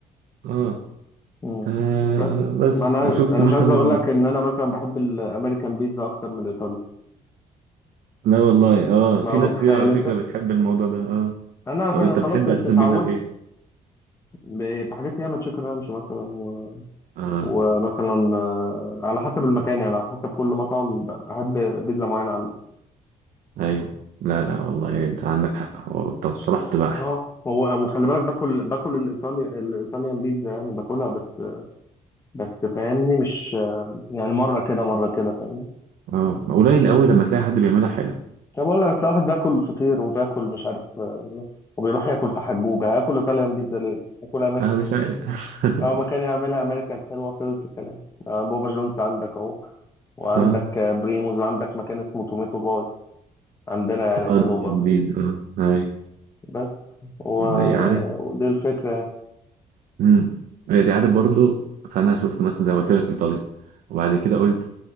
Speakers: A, on the right; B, on the left.
A: اه
B: امم
A: آه،
B: بس
A: بس
B: ما انا
A: وشفت
B: انا
A: مثلا
B: مش عايز اقول لك ان انا مثلا بحب الامريكان بيتزا اكتر من الايطالي
A: لا والله اه
B: لا
A: في
B: متخيل
A: ناس كتير على
B: انت.
A: فكره بتحب الموضوع ده اه
B: انا عشان
A: طب انت
B: خلاص
A: بتحب
B: انت
A: اساسا
B: اتعودت
A: بيتزا بايه
B: ب- بحاجات ياما تشيكن رانش مثلا و...
A: اه
B: ومثلا آه، على حسب المكان يعني على حسب كل مطعم ب- بحب بيتزا معينه عنده
A: ايوه لا لا والله انت عندك حق هو طب بصراحه بتبقى احسن
B: اه هو وخلي بالك باكل باكل الايطالي الايطاليان بيتزا يعني باكلها بس بس فاهمني مش يعني مره كده مره كده فاهمني
A: اه قليل قوي لما تلاقي حد بيعملها حلو
B: طب اقول لك أصل واحد باكل فطير وباكل مش عارف آه، وبيروح ياكل في حجوجه هاكل ايطاليان بيتزا ليه؟ هاكل
A: انا مش عارف
B: اه ما كان
A: <laughs>
B: يعملها امريكا الحلوه خلص الكلام آه، بابا جونز عندك اهو وعندك
A: اه
B: آه، بريموز وعندك مكان اسمه توميتو باي عندنا يعني حلو
A: اه ده
B: برضه
A: جديد اه ايوه
B: بس و...
A: أيوة، عارف
B: ودي الفكره يعني
A: امم يعني عارف برضو فانا شفت مثلا زي ما قلت لك ايطاليا وبعد كده قلت